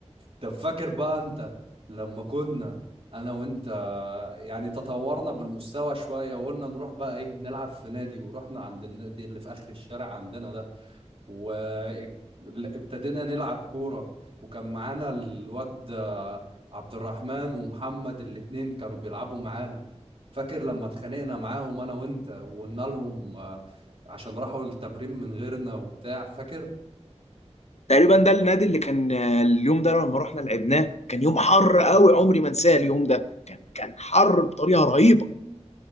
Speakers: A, on the right; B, on the left.
A: طب فاكر بقى انت لما كنا انا وانت يعني تطورنا بالمستوى شوية وقلنا نروح بقى ايه نلعب في نادي ورحنا عند النادي اللي في اخر الشارع عندنا ده وابتدينا نلعب كورة وكان معانا الواد آه، عبد الرحمن ومحمد الاتنين كانوا بيلعبوا معانا فاكر لما اتخانقنا معاهم انا وانت وقلنا لهم آه، عشان راحوا التمرين من غيرنا وبتاع فاكر
B: تقريبا ده النادي اللي كان آه، اليوم ده لما رحنا لعبناه كان يوم حر قوي عمري ما انساه اليوم ده كان كان حر بطريقه رهيبه